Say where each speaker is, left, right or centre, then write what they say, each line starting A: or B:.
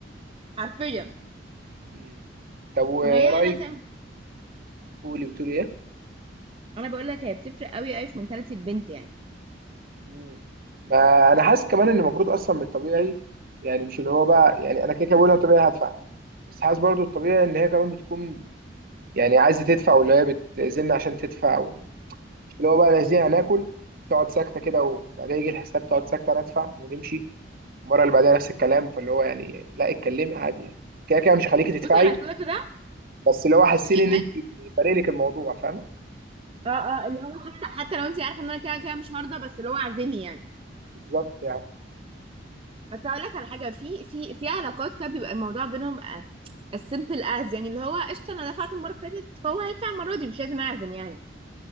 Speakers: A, on the right; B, on the right.
A: حرفيا
B: مم. طب ورايك
A: ما هي انا زي ما-
B: قولي بتقول ايه
A: انا بقول لك هي بتفرق قوي قوي في منتاليتي البنت يعني
B: مم. ما انا حاسس كمان ان المفروض اصلا من الطبيعي يعني مش اللي هو بقى يعني انا كده كده بقول انا طبيعي هدفع بس حاسس برضو الطبيعي ان هي كمان بتكون يعني عايزه تدفع واللي هي بتأذن عشان تدفع مش اللي هو بقى لازم هناكل تقعد ساكته كده وبعدين يجي الحساب تقعد ساكته ندفع ونمشي المره اللي بعدها نفس الكلام فاللي هو يعني لا اتكلمي عادي يعني كده كده مش هخليكي تدفعي
A: بص انا كده كده
B: بس اللي هو حاسين
A: في
B: ان انت فارق لك الموضوع فاهمه
A: اه اه اللي هو حتى حتى لو انت عارفه ان انا كده كده مش هرضى بس اللي هو عازمي يعني
B: بالظبط يعني
A: بس هقول لك على حاجه في في في علاقات كده بيبقى الموضوع بينهم السيمبل از يعني اللي هو قشطه انا دفعت المره اللي فاتت فهو هيدفع المره دي مش لازم اعزم يعني